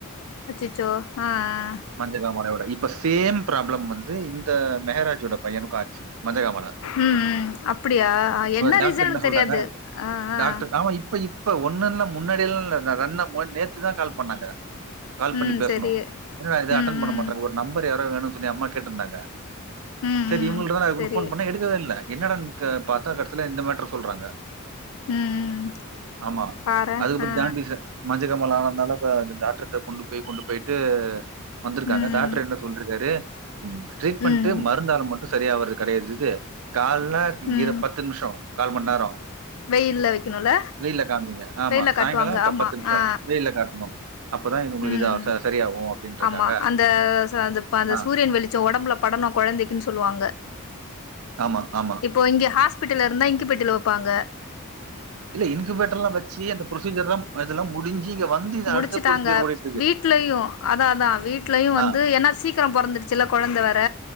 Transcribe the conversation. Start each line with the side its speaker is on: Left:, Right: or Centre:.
Left: அச்சச்சோ அ அ
Right: மஞ்சகாமலயோட இப்ப சேம் ப்ராப்ளம் வந்து இந்த மெகராஜோட பையனுக்கு ஆச்சு மஞ்சகாமல
Left: ம் ம் அப்படியா அ என்ன
Right: டாக்டர்
Left: ரீசன்னு எனக்கு
Right: சொல்றாங்க?
Left: தெரியாது அ
Right: டாக்டர்
Left: அ
Right: ஆமா இப்பலி இப்ப ஒன்னுல்ல முன்னாடி எல்லா இல்ல ரண்ன நேத்துதா கால் பண்ணாங்க கால் பண்ணி
Left: ம்
Right: பேசுணு
Left: செரி
Right: என்னடா இது
Left: ம்
Right: அட்டன் பண்ண
Left: ம்
Right: மாட்ராங்க ஒரு நம்பர் யாரோ வேணு சொல்லி அம்மா கேட்ருந்தாங்க
Left: ம்
Right: செரி
Left: ம்
Right: இவுங்குள்ட தான இருக்கனு
Left: செரி
Right: ஃபோன் பண்ண எடுக்கவே இல்ல என்னடான்க பாத்தா கடசில இந்த மேட்ர சொல்றாங்க
Left: ம் ம்
Right: ஆமா
Left: பாறே
Right: அதுக்கப்
Left: ஆ
Right: ஜாண்டிஸ மஞ்சகமால ஆனதுனால அந்த டாக்டர்ட கொண்டு போய் கொண்டு போயிட்டு வந்திருக்காங்க
Left: ம்
Right: டாக்டர் என்ன சொல்லிருக்காரு ட்ரீட்மெண்ட்டு
Left: ம்
Right: மருந்தாள மட் சரிய வறது கடையாது இது கால்ல
Left: ம்
Right: இர்ர பத்து நிமிஷோ கால் மண் நேரோ
Left: வெயில்ல வைக்கணுல
Right: வெயில காமீங்க ஆமா
Left: வெயில்ல காட்டுவாங்க
Right: சாய்ங்காலோ
Left: ஆமா
Right: பத்து நிமிஷோ
Left: ஆ
Right: வெயில காட்ணு அப்பதா இது உங்ளுக்கு
Left: ம்
Right: இது ச சரியாகும் அப்டின்ருக்காங்க
Left: ஆமா அந்த அந்த
Right: ஆ
Left: சூரியன் வெளிச்சோ ஒடம்புல படனு கொழந்தைக்குன் சொல்லுவாங்க
Right: ஆமா ஆமா
Left: இப்போ இங்க ஹாஸ்பிட்டல இருந்தா இன்குபேட்டுல வப்பாங்க
Right: இல்ல இன்குபேட்டர்லா வச்சு அந்த ப்ரொசீஜர்லா இதெல்லா முடிஞ்சி இங்க வந்து இது
Left: முடிச்சுட்டாங்க
Right: அடுத்த ப்ரொசீஜர் ஓடிட்
Left: வீட்லயு அதா அதா வீட்லயு வந்து
Right: ஆ,
Left: ஏனா சிக் சீக்கிரம் பொறந்திருச்சில்ல கொழந்தை வேற